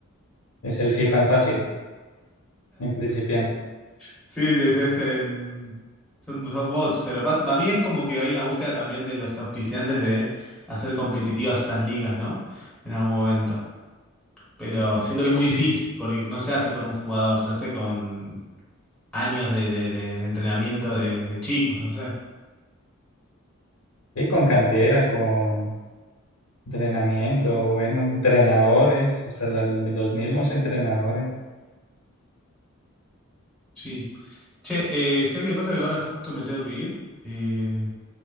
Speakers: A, on the left; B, in the centre.
A: es el FIFA en fácil, en principiante.
B: Sí, es, es en- son, son bots. Pero pasa, para mí es como que hay una búsqueda también de los auspiciantes de hacer competitivas esas ligas, ¿no? En algún momento. Pero siento que es
A: Sí,
B: muy difícil porque no se hace con un jugador, se hace con años de, de- de entrenamiento de- desde chicos, no sé.
A: y con cantera, con entrenamiento, bueno, entrenadores, hasta la- los mismos entrenadores.
B: Sí. Che, eh, ¿sabés qué pasa? Que ahora justo me tengo que ir, eh,